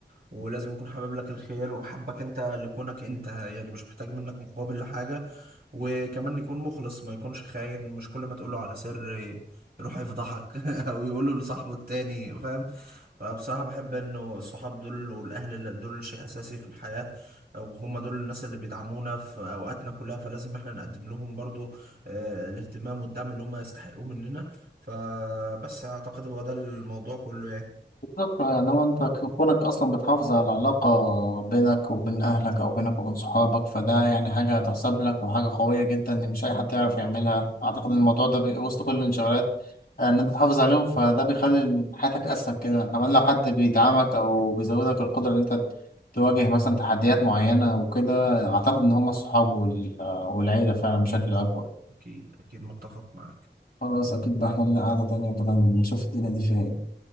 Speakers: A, on the right; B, on the left.
A: ولازم يكون حابب لك الخير وحبك انت لكونك انت يعني مش محتاج منك مقابل لحاجة وكمان يكون مخلص ما يكونش خاين مش كل ما تقوله على سر يروح يفضحك <laughs> او يقوله لصاحبه التاني فاهم فبصراحة بحب انه الصحاب دول والاهل اللي دول شيء اساسي في الحياة وهم دول الناس اللي بيدعمونا في اوقاتنا كلها فلازم احنا نقدم لهم برضو آه، الاهتمام والدعم اللي هم يستحقوه مننا فبس اعتقد هو ده الموضوع كله يعني
B: بالظبط يعني هو انت كونك اصلا بتحافظ على العلاقة بينك وبين اهلك او بينك وبين صحابك فده يعني حاجة هتحسب لك وحاجة قوية جدا ان مش اي حد يعرف
A: مم.
B: يعملها اعتقد ان الموضوع ده بي- وسط كل الانشغالات آه، ان انت تحافظ عليهم فده بيخلي حياتك اسهل كده كمان لو حد بيدعمك
A: أكيد طبعا
B: او بيزودك القدرة ان انت تواجه مثلا تحديات معينة وكده اعتقد ان هم الصحاب وال- آه، والعيلة فعلا
A: أكيد
B: بشكل اكبر
A: أكيد أكيد متفق معك
B: خلاص اكيد بقى احنا لنا قعدة تانية بدل نشوف الدنيا دي فيها ايه